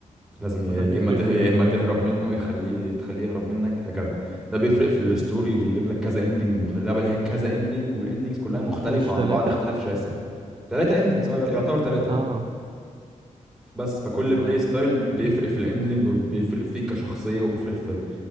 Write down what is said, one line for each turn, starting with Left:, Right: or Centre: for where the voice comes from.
Centre: لازم يا
Right: وده بيفرق
Centre: يا اما ته...
Right: في
Centre: يا
Right: إيه
Centre: اما
Right: ال-
Centre: تهرب منه يخليه تخليه يهرب منك هكذا ده بيفرق في الستوري بيجيب لك كذا اندنج مختلف اللعبه اللي هي كذا اندنج والاندنجز كلها مختلفه
Right: مش
Centre: عن
Right: تلاتة
Centre: بعض اختلاف شاسع ثلاثه اندنجز اه يعتبر ثلاثه
Right: آه
Centre: اه بس فكل
Right: طب ما
Centre: بلاي ستايل بيفرق في الاندنج وبيفرق فيك كشخصيه وبيفرق في